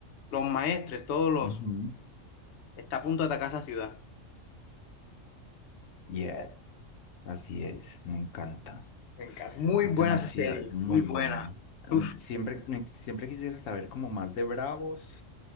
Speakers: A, on the left; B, on the left.
A: los maestres, todos los
B: Ujú,
A: Está a punto de atacar esa ciudad.
B: Yes. Así es. Me encanta.
A: Me encanta. Muy
B: Es
A: buena
B: demasiado,
A: esa serie,
B: es muy
A: muy buena.
B: buena. Em,
A: Uf,
B: siempre, me- siempre quisiera saber como más de Bravos.